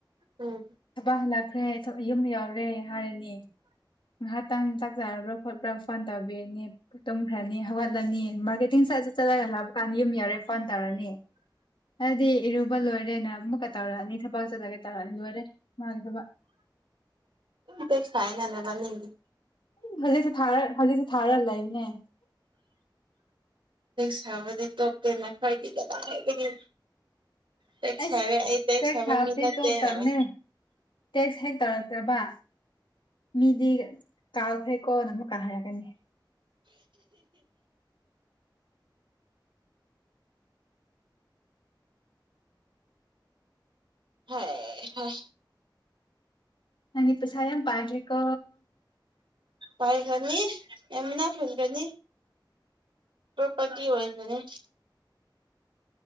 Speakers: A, on the right; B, on the left.
A: ꯎꯝ
B: ꯊꯕꯛ ꯍꯜꯂꯛꯈ꯭ꯔꯦ ꯌꯨꯝ ꯌꯥꯎꯔꯦ ꯍꯥꯏꯔꯅꯤ ꯉꯥꯏꯍꯥꯛꯇꯪ ꯌꯥꯔꯕ꯭ꯔꯥ ꯈꯣꯠꯄ꯭ꯔꯥ ꯐꯣꯟ ꯇꯥꯕꯤꯔꯅꯤ ꯇꯨꯝꯈ꯭ꯔꯅꯤ ꯍꯧꯒꯠꯂꯅꯤ ꯃꯥꯔꯀꯦꯇꯤꯡ ꯁꯥꯏꯠꯁ ꯆꯠꯂꯒꯜꯂ ꯀꯥꯡ ꯌꯨꯝ ꯌꯥꯔꯦ ꯐꯣꯟ ꯇꯥꯔꯅꯤ ꯍꯥꯏꯗꯤ ꯏꯔꯨꯕ ꯂꯣꯏꯔꯦꯅ ꯑꯃꯨꯛꯀ ꯇꯧꯔꯛꯑꯅꯤ ꯊꯕꯛ ꯆꯠꯂꯒꯦ ꯇꯧꯔꯛꯑꯅꯤ ꯂꯣꯏꯔꯦ ꯃꯥꯒꯦ ꯊꯕꯛ
A: ꯕꯦꯛꯁꯥꯏꯅꯅꯦ ꯅꯤꯗꯤ
B: ꯍꯧꯖꯤꯛꯁꯨ ꯍꯧꯖꯤꯛꯁꯨꯦ ꯊꯥꯔ ꯂꯩꯅꯦ
A: ꯁꯥꯕꯗꯤ ꯇꯣꯛꯇꯦꯅ ꯈꯗꯤ ꯀꯗꯥꯏ ꯍꯥꯏꯒꯦ ꯇꯁꯕꯦ
B: ꯑꯩꯁ
A: ꯑꯩ ꯇ
B: ꯇꯦꯛꯁ
A: ꯁꯕ
B: ꯊꯥꯕꯗꯤ
A: ꯃꯂ
B: ꯇꯣꯛꯇꯕꯅꯦ
A: ꯍꯥꯏꯕ
B: ꯇꯦꯛꯁ ꯍꯦꯛ ꯇꯧꯔꯛꯇꯕ ꯃꯤꯗꯤ ꯀꯥꯎ ꯍꯦꯛ ꯀꯣ ꯅ ꯑꯃꯨꯛꯀꯥ ꯍꯥꯏꯔꯛꯒꯅꯤ
A: ꯍꯣꯏ ꯍ
B: ꯀꯗꯤ ꯄꯁ ꯌꯥꯝ ꯄꯥꯏꯇꯔꯤꯀꯣ
A: ꯄꯥꯏꯈꯅꯤ ꯌꯥꯝꯃꯅꯥ ꯐꯣꯟ ꯀꯅꯤ ꯄꯣꯄꯔꯇꯤ ꯑꯣꯏꯣꯏꯁꯅꯦ